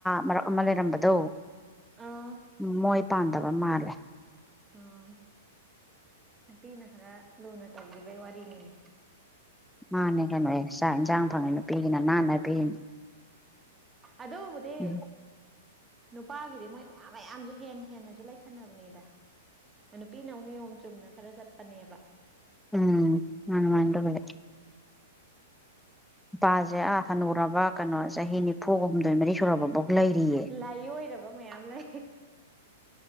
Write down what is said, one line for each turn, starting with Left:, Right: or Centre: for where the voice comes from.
Centre: ꯃꯔꯛ ꯑꯃ ꯂꯩꯔꯝꯕꯗꯣ
Right: ꯑꯥ
Centre: ꯎꯝ ꯃꯣꯏ ꯄꯥꯟꯗꯕ ꯃꯥꯜꯂꯦ
Right: ꯑꯥ ꯅꯨꯄꯤꯅ ꯈꯔ ꯂꯨꯅ ꯇꯧꯈꯤꯕꯩ ꯋꯥꯔꯤꯅꯤꯅꯦ
Centre: ꯃꯥꯅꯦ ꯀꯩꯅꯣꯌꯦ ꯆꯥꯛ ꯏꯟꯁꯥꯡ ꯐꯪꯉꯦ ꯅꯨꯄꯤꯒꯤꯅ ꯅꯥꯟꯅ ꯄꯤꯔꯤꯅꯤ
Right: ꯑꯗꯨꯕꯨꯗꯤ
Centre: ꯎꯝ
Right: ꯅꯨꯄꯥꯒꯤꯗꯤ ꯃꯣꯏ ꯃꯌꯥꯝ ꯃꯌꯥꯝꯁꯨ ꯍꯦꯟꯅ ꯍꯦꯟꯅꯁꯨ ꯂꯩꯁꯟꯅꯕꯅꯤꯗ ꯅꯨꯄꯤꯅ ꯃꯨꯛ ꯅꯤꯌꯣꯝ ꯆꯨꯝꯅ ꯈꯔ ꯆꯠꯄꯅꯦꯕ
Centre: ꯎꯝ ꯃꯥꯟꯅꯦ ꯃꯥꯟꯅꯦ ꯄꯥꯁꯦ ꯑꯥ ꯍꯅꯨꯔꯕ ꯀꯩꯅꯣ ꯆꯍꯤ ꯅꯤ ꯐꯨꯒ ꯍꯨꯝꯗꯣꯏ ꯃꯔꯤ ꯁꯨꯔꯕꯐꯥꯎ ꯂꯩꯔꯤꯌꯦ
Right: ꯂꯥꯏꯑꯣꯏꯔꯕ ꯃꯌꯥꯝ ꯂꯩ